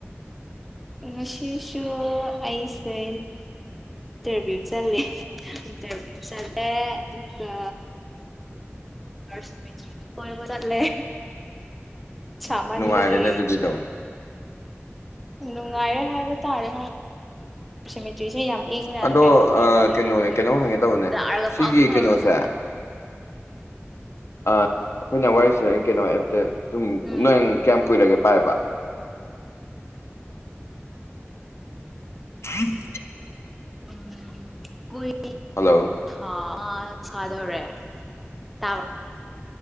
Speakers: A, in the centre; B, on the left.
A: ꯉꯁꯤꯁꯨ ꯑꯩꯁꯦ ꯏꯟꯇꯔꯚ꯭ꯌꯨ ꯆꯠꯂꯤ ꯏꯟꯇꯔꯚ꯭ꯌꯨ ꯆꯠꯂꯦ ꯑꯗꯨꯒꯥ ꯆꯠꯂꯦ ꯁꯃꯟꯕꯒꯤ
B: ꯅꯨꯡꯉꯥꯏꯔꯦꯅꯦ ꯑꯗꯨꯗꯤ ꯑꯗꯨꯝ
A: ꯅꯨꯡꯉꯥꯏꯔꯦ ꯍꯥꯏꯕ ꯇꯥꯔꯦ ꯁꯤꯃꯤꯇ꯭ꯔꯤꯁꯦ ꯌꯥꯝ ꯏꯪꯅ
B: ꯑꯗꯣ
A: ꯀꯩ ꯍꯥꯏꯗꯣꯏꯔꯥ
B: ꯑ
A: ꯅꯨꯡꯉꯥꯏꯅ
B: ꯀꯩꯅꯣꯅꯦ
A: ꯍꯥꯏꯗꯤ
B: ꯀꯩꯅꯣꯝ ꯍꯪꯒꯦ ꯇꯧꯕꯅꯦ
A: ꯆꯥꯔꯒꯥ
B: ꯁꯤꯒꯤ
A: ꯐꯝ ꯐꯝ
B: ꯀꯩꯅꯣꯁꯦ
A: ꯔꯒꯥ
B: ꯑ ꯑꯩꯈꯣꯏꯅ ꯋꯥꯔꯤ <unintelligible> ꯁꯨꯝ
A: ꯎꯝ
B: ꯅꯪ ꯀꯌꯥꯝ ꯀꯨꯏꯔꯒꯦ ꯄꯥꯏꯕ <unintelligible>
A: <unintelligible>
B: ꯍꯜꯂꯣ
A: ꯑꯥ ꯑꯥ ꯁꯥꯗꯧꯔꯦ ꯇꯥ